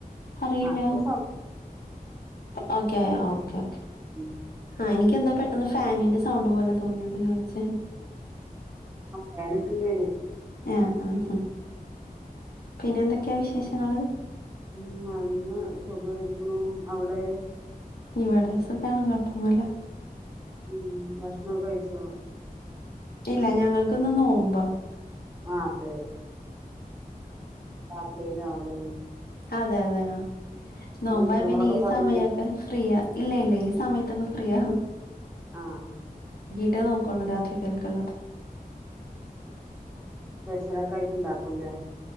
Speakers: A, on the left; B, on the right.
A: അറിയില്ല
B: ആപ്പൊപ്പ
A: ഓക്കെ ഓക്കേ ഓക്കേ
B: ഉം.
A: ആഹ എനിക്ക് എന്താ പെട്ടെന്ന് ഫാനിന്റെ സൗണ്ട് പോലെ തോന്നിയത് ചോദിച്ച
B: വേൻിട്ടണ്ടേെ
A: ആഹ ആ പിന്നെ എന്തൊക്കെയാ വിശേഷങ്ങള്
B: ഉം നടന്ന് സുഖമായിരിക്കണു അവിടെ
A: ഇവിടെ സുഖാണ് കൊഴപ്പന്നല്ല
B: ഉം ഭക്ഷണം ക കഴിച്ചോ
A: ഇല്ല ഞങ്ങൾക്ക്ിന്ന് നോവുമ്പോ
B: ആ അതെ അേല്ലാവല്ലും
A: അതെ അതെ നോമ്പ
B: ഒരുക്കങ്ങളൊക്കെ
A: പിന്നെ ഈ
B: തൊടങ്ങിയോ
A: സമയൊക്കെ ഫ്രീയ ഇല്ല ഇല്ല ഈ സമയത്തൊക്കെ ഫ്രീയ
B: ആഹ
A: മറ്റേ നോക്കുള്ളൂ രാത്രി കേൾക്കുള്ളത്
B: സ്പെഷലൊക്കെ ആയിട്ട് ഇണ്ടാക്കുംല്ലേ